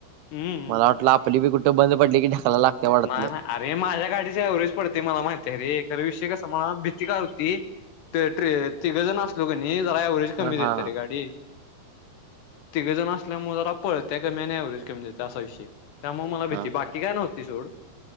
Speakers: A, on the left (about 85°); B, on the right (about 75°).
A: हम्म
B: मला वाटलं आपली बी कुठ बंद पडली की ढकलाय लागत्या वाटलं.
A: नाय नाय नअरे माझ्या गाडीची एव्हरेज पडते मला माहिती आहे खरं विषय कस मला भीती का होती ते तिघेजण असलो की नाही जरा एवरेज कमी
B: हा हा
A: देते रे गाडी तिघेजण असल्यामुळे जरा पळत्या कमी आणि एव्हरेज कमी देत्या असा विषय त्यामुळे मला भीती
B: हा
A: बाकी काय नव्हतं सोड